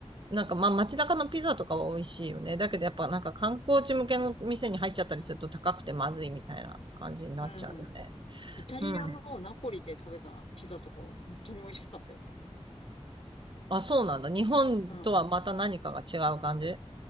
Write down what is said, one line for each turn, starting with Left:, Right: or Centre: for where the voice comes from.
Right: なんかまあ街中のピザとかは美味しいよね。だけどやっぱなんか観光地向けの店に入っちゃったりすると高くてまずいみたいな感じになっちゃうよね。
Left: うん。イタリアのナポリで食べたピザとかは本当に美味しかったよ。
Right: うん。あ、そうなんだ。日本とはまた何かが違う感じ
Left: うん。